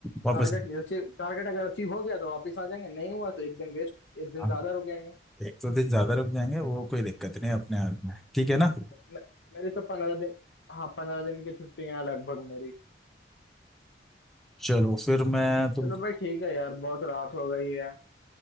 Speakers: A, in the centre; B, on the left.
A: वापस
B: टारगेट
A: आएंगे।
B: अचीव, टारगेट अगर अचीव हो गया तो वापस आ जाएंगे नहीं हुआ तो एक दिन वेस्ट एक दिन
A: हाँ,
B: ज्यादा रुकेंगे
A: एक दो दिन ज़्यादा रुक जाएंगे वो कोई दिक्कत नहीं है अपने हाथ में है। ठीक है ना
B: मे- मेरी तो पंद्रह दिन हाँ पंद्रह दिन की छुट्टियां हैं लगभग मेरी
A: चलो फिर मैं तुमको
B: चलो भाई ठीक है यार बहुत रात हो गई है